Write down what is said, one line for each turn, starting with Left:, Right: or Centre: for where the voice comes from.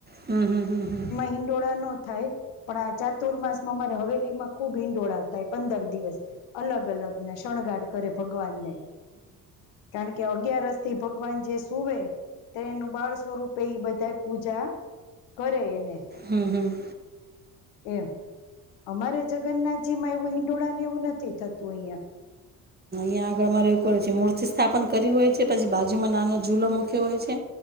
Right: હમ્મ હમ્મ હમ્મ હમ્મ.
Left: હંડોળા નો થાય પણ આ ચાતુર્માસમાં અમારે હવેલીમાં ખુબ હીંડોળા થાય પંદર દિવસ. અલગ અલગના શણગાર કરે ભગવાનને કારણ કે અગિયારસથી ભગવાન જે સુવે તે એનું બાળ સ્વરૂપ પ એ બધા પૂજા કરે એને
Right: હમ હમ
Left: એમ અમારે જગનાથજીમાં એવું હિંડોળા ને એવું નથી થતું તૂઈયાં
Right: અ્યાં આગળમાંવું છે મૂર્તિ સ્થાપન કરી હોય છે પછી બાજુમાં નાનો ઝૂલો મૂક્યો હોય છે